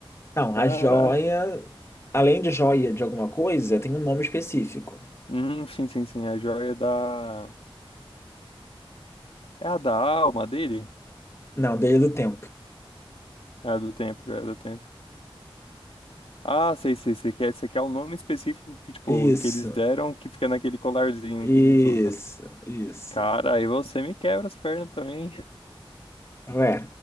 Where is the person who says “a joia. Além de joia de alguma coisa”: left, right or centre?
Left